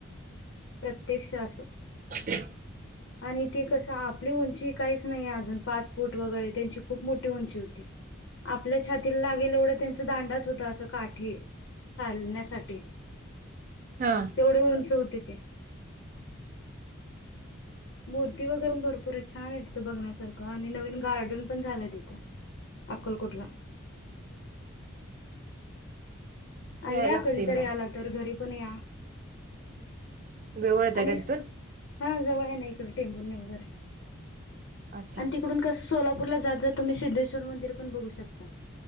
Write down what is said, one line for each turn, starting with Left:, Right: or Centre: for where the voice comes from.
Left: प्रत्यक्ष असं
Right: <inaudible>
Left: आणि ते कसं आपली उंची काहीच नाही अजून पाच फूट वगैरे त्यांची खूप मोठी उंची होती आपल्या छातीला लागेल एवढं त्यांच दांडाच होता असं काठी चालण्यासाठी
Right: हा
Left: तेवढे उंच होते ते मूर्ती वगैर भरपूर छान आहे तिथं बघण्यासारखं आणि नवीन गार्डन पण झालंय तिथं अकोलकटला
Right: याय
Left: आ या
Right: लागतय
Left: कधीतरी
Right: मग
Left: आला तर घरी पण या
Right: एवढंच आहे
Left: आणि
Right: का तिथून
Left: हा जवळ आहे ना इकडे टेंबू वगैरे
Right: अच्छा
Left: आणि तिकडून कस सो परला जात जा तुम्ही सिद्धेश्वर मंदि पण बघू शकता